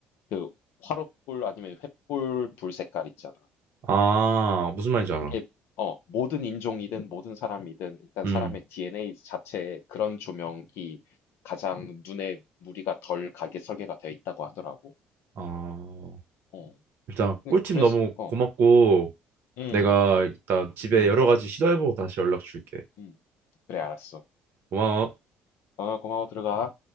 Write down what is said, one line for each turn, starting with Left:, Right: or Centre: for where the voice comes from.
Left: 그 화롯불 아니면 횃불 불 색깔 있잖아.
Right: 아, 무슨 말인지 알아.
Left: 그게 어 모든 인종이든 모든 사람이든 일단
Right: 음,
Left: 사람의 DNA 자체에 그런 조명이 가장 눈에 무리가 덜 가게 설계가 되어 있다고 하더라고.
Right: 아.
Left: 어.
Right: 일단
Left: 근데
Right: 꿀팁
Left: 그래서
Right: 너무
Left: 어.
Right: 고맙고
Left: 음. 음.
Right: 내가 일단 집에
Left: 음.
Right: 여러 가지 시도해보고 다시 연락 줄게.
Left: 음. 그래, 알았어.
Right: 고마워.
Left: 어, 고마워, 들어가.